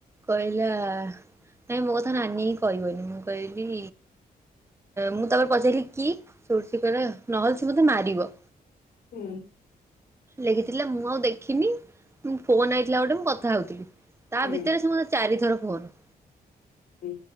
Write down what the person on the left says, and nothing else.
ହୁଁ
ହୁଁ
ହୁଁ